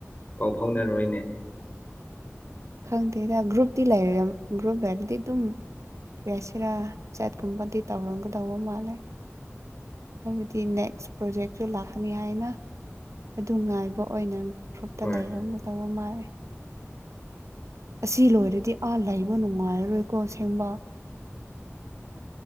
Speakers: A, on the left; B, on the right.
A: ꯄꯥꯎ ꯐꯥꯎꯅꯔꯔꯣꯏꯅꯦ
B: ꯈꯪꯗꯦꯗ ꯒ꯭ꯔꯨꯞꯇꯤ ꯂꯩꯔꯝ ꯒ꯭ꯔꯨꯞ ꯂꯩꯔꯗꯤ ꯑꯗꯨꯝ ꯔꯦꯁꯦꯔꯥ ꯆꯥꯠꯀꯨꯝꯕꯗꯤ ꯇꯧꯔꯝꯒꯗꯧꯕ ꯃꯥꯜꯂꯦ ꯍꯥꯏꯕꯗꯤ ꯅꯦꯛꯁ ꯄ꯭ꯔꯣꯖꯦꯛꯁꯨ ꯂꯥꯛꯀꯅꯤ ꯍꯥꯏꯌꯦꯅ ꯑꯗꯨ ꯉꯥꯏꯕ ꯑꯣꯏꯅ ꯒ꯭ꯔꯨꯞꯇ
A: ꯍꯣꯏ
B: ꯂꯩꯔꯝꯒꯗꯧꯕ ꯃꯥꯜꯂꯦ ꯑꯁꯤ ꯂꯣꯏꯔꯗꯤ ꯑ ꯂꯩꯕ ꯅꯨꯡꯉꯥꯏꯔꯔꯣꯏꯀꯣ ꯑꯁꯦꯝꯕ